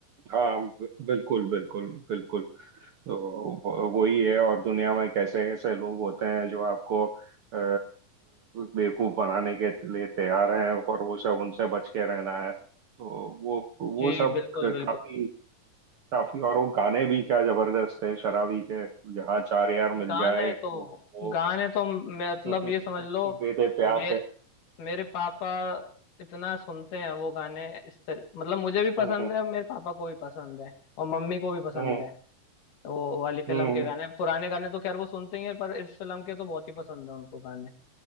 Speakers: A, on the right; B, on the left.
A: हाँ बिल्कुल बिल्कुल बिल्कुल तो वो- वही है और दुनिया में कैसे ऐसे लोग होते हैं जो आपको अ, अ, बेवकूफ बनाने के लिए तैयार हैं और वो सब उनसे बच के रहना है तो वो वो
B: जी
A: सब
B: बिल्कुल
A: क-
B: बिल्कुल
A: काफी काफी और वो गाने भी क्या जबरदस्त है शराबी के जहाँ चार यार मिल
B: गाने
A: जाए
B: तो
A: वो वो
B: गाने तो मतलब
A: <laughs> दे
B: ये समझ लो
A: दे प्यार
B: मे,
A: दे
B: मेरे पापा इतना सुनते हैं वो गाने इस तर, मतलब मुझे भी पसंद
A: हम्म हम्म
B: है मेरे पापा को भी पसंद है और मम्मी को भी पसंद
A: हम्म
B: है वो वाली फिल्म
A: हम्म
B: के गाने पुराने गाने तो खैर वो सुनते ही हैं पर इस फिल्म के तो बहुत ही पसंद है उनको गाने